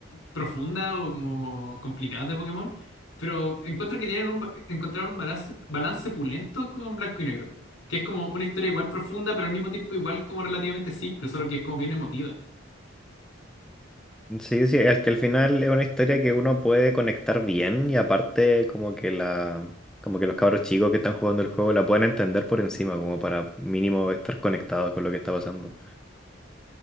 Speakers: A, on the left (about 65°); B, in the centre.
A: profunda o como complicada de Pokémon, pero encuentro que tienen un, ba- encontraron un balance, balance pulento con Blanco y Negro, que es como una historia igual profunda, pero al mismo tiempo igual como relativamente simple, solo que es como bien emotiva,
B: Sí, sí, es que al final es una historia que uno puede conectar bien y aparte como que la, como que los cabros chicos que están jugando el juego la pueden entender por encima, como para mínimo estar conectados con lo que está pasando.